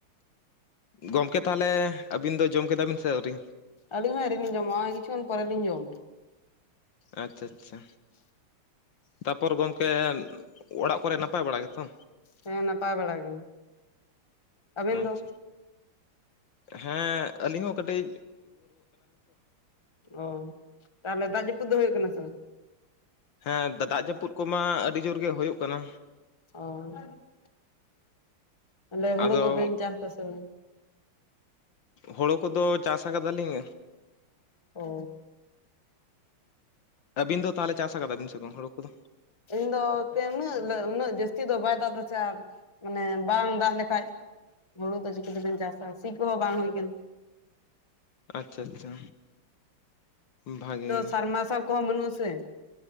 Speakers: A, on the left; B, on the left.
A: ᱜᱚᱢᱠᱮ ᱛᱟᱦᱚᱞᱮ ᱟᱹᱵᱤᱱ ᱫᱚ ᱡᱚᱢ ᱠᱮᱫᱟ ᱵᱤᱱ ᱥᱮ ᱟᱹᱣᱨᱤ?
B: ᱟᱹᱞᱤᱧ ᱦᱚᱸ ᱟᱹᱣᱨᱤ ᱞᱤᱧ ᱡᱚᱢᱟ ᱱᱚᱜ-ᱚᱭ ᱠᱤᱪᱷᱩ ᱠᱷᱚᱱ ᱯᱚᱨᱮ ᱞᱤᱧ ᱡᱚᱢᱟ᱾
A: ᱟᱪᱪᱷᱟ ᱟᱪᱪᱷᱟ
B: <inaudible>
A: ᱛᱟᱯᱚᱨ ᱜᱚᱢᱠᱮ ᱚᱲᱟᱜ ᱠᱚ ᱨᱮ ᱱᱟᱯᱟᱭ ᱵᱟᱲᱟ ᱜᱮ ᱛᱚ᱾
B: ᱦᱮ ᱱᱟᱯᱟᱭ ᱵᱟᱲᱟ ᱜᱮ ᱟᱹᱵᱤᱱ
A: ᱟᱪᱪᱷᱟ
B: ᱫᱚ
A: ᱦᱮᱸ ᱟᱹᱞᱤᱧ ᱦᱚ ᱠᱟᱴᱤᱡ
B: ᱚ ᱛᱟᱦᱞᱮ ᱫᱟᱜ ᱡᱟᱯᱩᱫ ᱫᱚ ᱦᱩᱭᱩᱜ ᱠᱟᱱᱟ ᱥᱮ ᱵᱟᱝ
A: ᱦᱮ ᱫᱟᱜ ᱡᱟᱯᱩᱫ ᱠᱚ ᱢᱟ ᱟᱹᱰᱤ ᱡᱳᱨ ᱜᱮ ᱦᱩᱭᱩᱜ ᱠᱟᱱᱟ,
B: ᱚ ᱛᱟᱦᱞᱮ ᱦᱩᱲᱩ
A: ᱟᱫᱚ
B: ᱠᱚ ᱵᱮᱱ ᱪᱟᱥ ᱫᱟ ᱥᱮ ᱵᱟᱝ?
A: ᱦᱳᱲᱳ ᱠᱚ ᱫᱚ ᱪᱟᱥ ᱟᱠᱟᱫᱟ ᱞᱤᱧ᱾
B: ᱚ
A: ᱟᱵᱤᱱ ᱫᱚ ᱛᱟᱦᱚᱞᱮ ᱪᱟᱥ ᱟᱠᱟᱫᱟ ᱵᱤᱱ ᱥᱮ ᱵᱟᱝ ᱦᱳᱲᱩ ᱠᱚ ᱫᱚ᱾
B: ᱤᱧ ᱫᱚ ᱪᱮ ᱩᱱᱟᱹᱜ ᱩᱱᱟᱹᱜ ᱡᱟᱥᱛᱤ ᱫᱚ ᱵᱟᱭ ᱫᱟᱜ ᱫᱟᱥᱮ ᱪᱮ ᱟᱨ ᱢᱟᱱᱮ ᱵᱟᱝ ᱫᱟᱜ ᱞᱮᱠᱷᱟᱡ ᱦᱩᱲᱩ ᱫᱚ ᱪᱤᱠᱟᱹ ᱛᱮᱵᱮᱱ ᱪᱟᱥᱟ ᱥᱤ ᱠᱚᱦᱚ ᱵᱟᱝ ᱦᱩᱭ ᱟᱠᱟᱱᱟ᱾
A: ᱟᱪᱪᱷᱟ ᱟᱪᱪᱷᱟ ᱵᱷᱟᱜᱮ
B: ᱛᱚ
A: ᱜᱮ
B: ᱥᱟᱨ ᱢᱟᱨᱥᱟᱵ ᱠᱚ ᱦᱚ ᱢᱟᱱᱩᱜ ᱟ ᱥᱮ